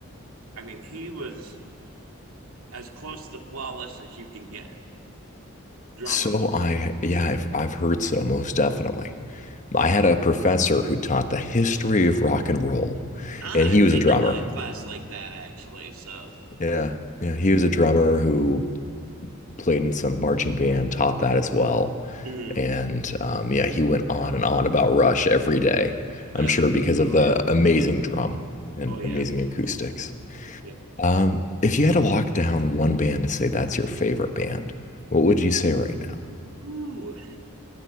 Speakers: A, on the right; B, on the left.
A: I mean he was as close to flawless as you can get drummer.
B: So I, yeah, I've, I've heard so, most definitely. I had a professor who taught the history of rock and roll,
A: Ah,
B: and he
A: I've
B: was
A: taken
B: a drummer.
A: a class like that actually. So
B: Yeah, yeah, he was a drummer who played in some marching band, taught that as well.
A: mhm,
B: And um, yeah, he went on and on about Rush every day,
A: really,
B: I'm sure because of
A: oh
B: the
A: yeah,
B: amazing drum and
A: oh yeah,
B: amazing acoustics.
A: yep.
B: Um, if you had to lock down one band to say that's your favorite band, what would you say right now?
A: Ooh,